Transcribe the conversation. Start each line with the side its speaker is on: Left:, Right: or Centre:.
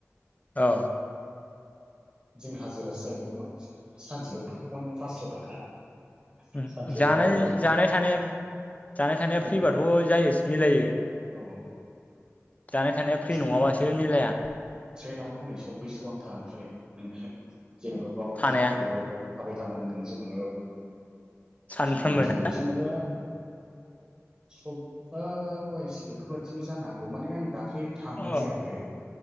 Left: औ
Right: दिन हाजिरासो जाहैबायमा सानसेआव फन फासस' थाखा
Left: अम
Right: सानसेयाव
Left: जानाय-जानाय
Right: बाजौ
Left: थानाया जानाय थानाया
Right: फ्रि
Left: फ्रिबाथ' जायो मिलायो
Right: औ
Left: जानाय थानाया फ्रि
Right: ट्रेन
Left: नङाबासो मिलाया
Right: ट्रेनावनो हनै सबिस घन्टा ओमफ्राय नोङो जेनेबा बावनो
Left: थानाया
Right: खामानि गैयाबो बावनो थाबाय थानांगोन नोङो जेनेबा औ
Left: सानफ्रोमबो
Right: ट्रेनावनो जाहैबाय
Left: ना
Right: जेनेबा सब ओ वाइस बेफोरबायाददिबो जानो हागौ माने आं दाख्लै थांनाय
Left: औ
Right: जायाखै